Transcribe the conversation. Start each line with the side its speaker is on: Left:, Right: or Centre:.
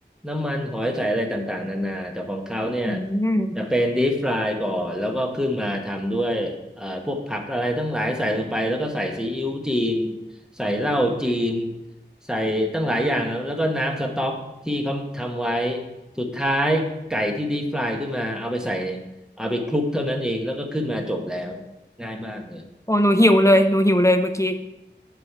Centre: น้ำมันหอยใส่อะไรต่างๆนานาแต่ของเขาเนี่ย
Left: อืม
Centre: จะเป็นดีฟรายก่อนแล้วก็ขึ้นมาทำด้วยเอ่อพวกผักอะไรทั้งหลายใส่ลงไปแล้วก็ใส่ซีอิ๊วจีนใส่เหล้าจีนใส่ตั้งหลายอย่างแล้วก็น้ำสต๊อกที่เขาทำไว้สุดท้ายไก่ที่ดีฟรายขึ้นมาเอาไปใส่เอาไปคลุกเท่านั้นเองแล้วก็ขึ้นมาจบแล้ว ง่ายมากเลย
Left: โอ้หนูหิวเลยหนูหิวเลยเมื่อกี้